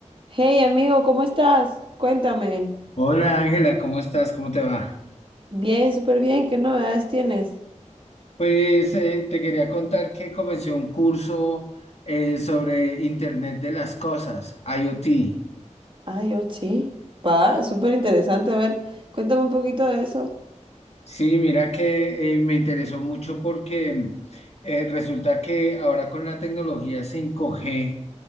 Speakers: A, on the right; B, on the left.
A: Hey amigo, ¿cómo estás? Cuéntame.
B: Hola Ángela, ¿cómo estás? ¿Cómo te va?
A: Bien, súper bien. ¿Qué novedades tienes?
B: Pues eh, te quería contar que comencé un curso eh, sobre Internet de las Cosas, IoT.
A: Ah, yo sí. Pa, súper interesante. A ver, cuéntame un poquito de eso.
B: Sí, mira que eh, me interesó mucho porque eh, resulta que ahora con la tecnología 5G,